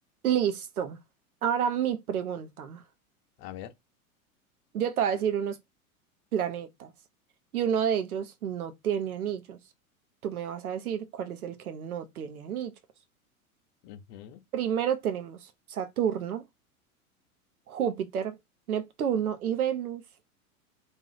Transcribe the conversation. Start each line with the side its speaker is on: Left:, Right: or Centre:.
Right: Listo. Ahora mi pregunta.
Left: A ver.
Right: Yo te voy a decir unos planetas y uno de ellos no tiene anillos. Tú me vas a decir cuál es el que no tiene anillos.
Left: Ujú.
Right: Primero tenemos Saturno, Júpiter, Neptuno y Venus.